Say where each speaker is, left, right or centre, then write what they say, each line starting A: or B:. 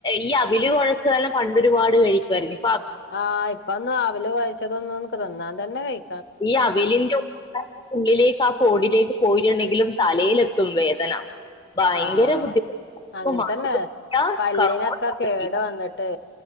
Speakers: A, on the left (about 20°); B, on the left (about 55°).
A: ഈ അവില് കൊഴച്ചതല്ല പണ്ടരുപാട് കഴിക്കുവാ യ്ർന്നു
B: ആഹ് ഇപ്പന്ന് അവില് കൊഴച്ചതൊന്നും നമക്ക് തന്നാൻ തന്നെ വെയ്
A: ഈ അവലിന്റെ <inaudible> ഉള്ളിലേക്ക് ആ കോഡിലേക്ക് പോയിട്ടുണ്ടെങ്കിലും തലയിലെത്തു തും വേദന ഭയങ്കര
B: ആഹ്
A: ബുദ്ധിമുട്ട
B: അങ്ങൻ
A: <inaudible> <unintelligible>
B: തന്നെ പല്ലിനൊക്കെ കേട് വന്നിട്ട്